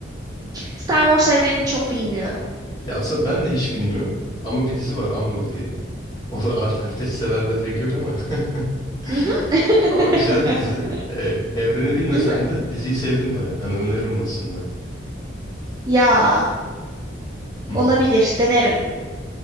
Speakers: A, on the right; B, on the left.
A: Star Wars evrenini çok bilmiyorum.
B: Ya aslında ben de hiç bilmiyorum. Ama bir dizi var Andor diye. O da alternatif <laughs> sitelerde pek yok ama. <laughs>
A: Hı hı. <laughs>
B: Ama güzel bir dizi. E, evreni bilmesem
A: Hı hı.
B: de diziyi sevdim baya. Hani öneririm aslında.
A: Ya
B: Hı hı.
A: olabilir denerim.